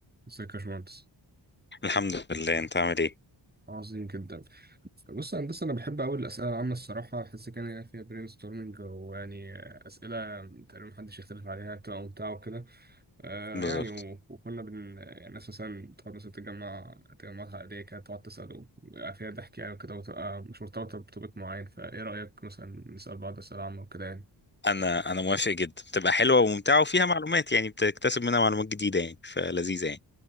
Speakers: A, on the right; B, on the left.
A: ازيك يا باشمهندس
B: الحمد لله انت عامل ايه
A: عظيم جدا بص يا هندسة أنا بحب أوي الأسئلة العامة الصراحة بحس كان يعني فيها برين ستورمنج ويعني أسئلة تقريبا محدش يختلف عليها بتبقى ممتعة وكده آه
B: بالظبط
A: يعني و... وكنا بن يعني الناس مثلا بتقعد مثلا تجمع تجمعات عائلية كده تقعد تسأل ويبقى فيها ضحك يعني وكده وتبقى مش مرتبطة بتوبيك معين فإيه رأيك مثلا نسأل بعض أسئلة عامة وكده يعني
B: انا انا موافق جدا بتبقى حلوه وممتعه وفيها معلومات يعني بتكتسب منها معلومات جديده يعني فلذيذه يعني